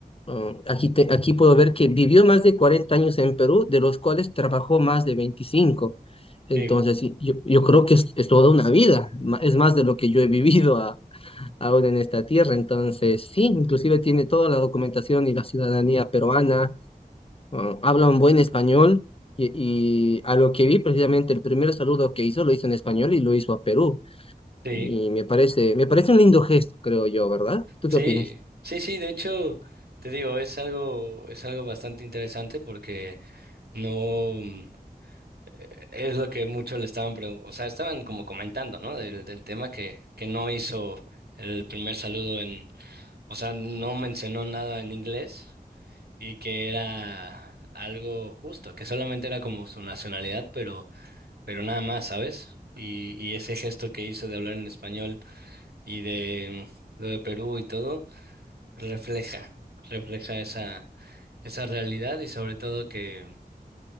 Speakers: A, on the left (about 35°); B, on the right (about 80°).
A: Ah, Aquí, te- aquí puedo ver que vivió más de 40 años en Perú, de los cuales trabajó más de veinticinco Entonces,
B: sí,
A: sí, yo, yo creo que es, es toda una vida, ma- es más de lo que yo he vivido a- ahora en esta tierra. Entonces, sí, inclusive tiene toda la documentación y la ciudadanía peruana, ah, habla un buen español y, y a lo que vi precisamente el primer saludo que hizo lo hizo en español y lo hizo a Perú.
B: sí,
A: Y me parece, me parece un lindo gesto, creo yo, ¿verdad? ¿Tú
B: sí,
A: qué opinas?
B: sí, sí, de hecho, te digo, es algo, es algo bastante interesante porque no mm, eh, es lo que muchos le estaban preguntando, o sea, estaban como comentando, ¿no? Del, del tema que, que no hizo el primer saludo en, O sea, no mencionó nada en inglés y que era algo justo, que solamente era como su nacionalidad, pero, pero nada más, ¿sabes? Y, y ese gesto que hizo de hablar en español y de mm, lo de Perú y todo, refleja, refleja esa, esa realidad y sobre todo que,